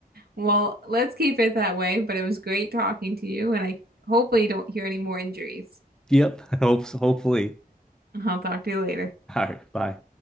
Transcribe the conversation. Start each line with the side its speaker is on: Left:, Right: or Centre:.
Right: Well, let's keep it that way. But it was great talking to you, and I hopefully don't hear any more injuries.
Centre: yep. Hopes, hopefully.
Right: I'll talk to you later.
Centre: All right. Bye.